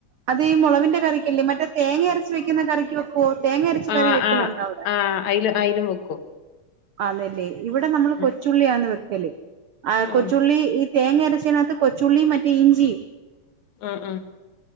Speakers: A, on the right (about 80°); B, on the left (about 70°).
A: അത് ഈ മുളവിന്റെ കറിക്കല്ലേ മറ്റേ തേങ്ങ അരച്ച വെക്കുന്ന കറിക്ക് വെക്കുവോ തേങ്ങ അരച്ച
B: ആഹ്
A: കറി വെക്കല്
B: ആഹ്
A: ഉണ്ടാവിടെ
B: ആഹ് അയില് അയിലും വെക്കും
A: അതെല്ലേ ഇവിടെ നമ്മള്
B: ഉം
A: കൊച്ചുള്ളിയാന്ന് വയ് ക്കല് ആ
B: ആഹ്
A: കൊച്ചുള്ളി ഇ തേങ്ങ അരച്ചതിനകത്ത് കൊച്ചുള്ളിയും മറ്റേ ഇഞ്ചിയും
B: ആഹ് ആഹ്